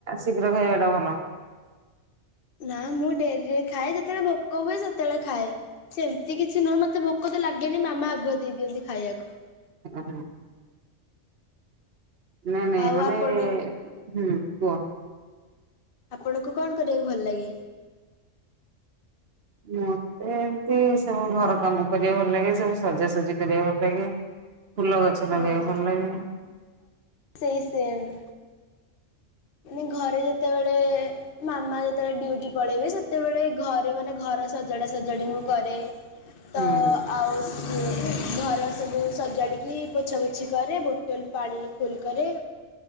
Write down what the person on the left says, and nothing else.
ନା ମୁଁ ଡେରି ରେ ଖାଏ ଯେତେବେଳେ ଭୋକ ହୁଏ ସେତେବେଳେ ଖାଏ ସେମିତି କିଛି ନୁହଁ ମତେ ଭୋକ ଭୋକ ତ ଲାଗେନି ମାମା ଆଗୁଆ ଦେଇ ଦିଅନ୍ତି ଖାଇବାକୁ।
ଆଉ
ଆପଣ
ଆପଣଙ୍କୁ କଣ କରିବାକୁ ଭଲ ଲାଗେ?
ହଁ
ସେଇ ସେମ୍। ମାନେ ଘରେ ଯେତେବେଳେ ମାମା ଯେତେବେଳେ ଡ୍ୟୁଟି ପଳେଇବେ ସେ ସେତେବେଳେ ଘରେ ମାନେ ଘର ସଜାଡ଼ା ସଜାଡ଼ି ମୁଁ କରେ ତ
ଆଉ ହୁଁ ଘର ସବୁ ସଜାଡିକି ପୋଛା ପୋଛି କରେ ବୋଟୋ ଲ ପାଣିରେ ଫୁଲ୍ କରେ।